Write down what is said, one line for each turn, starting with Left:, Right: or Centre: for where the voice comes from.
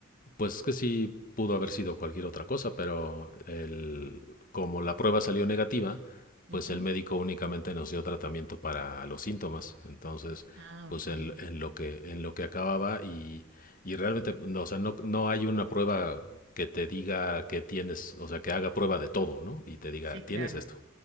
Left: Pues es que sí pudo haber sido cualquier otra cosa, pero el- como la prueba salió negativa, pues
Right: Ujú.
Left: el médico únicamente nos dio tratamiento para los síntomas. Entonces,
Right: Ah,
Left: pues
Right: ok.
Left: en, en lo que en lo que acababa y, y realmente, no, o sea, no, no hay una prueba que te diga que tienes, o sea, que haga prueba de todo, ¿no? Y te diga,
Right: Sí,
Left: tienes
Right: claro.
Left: esto.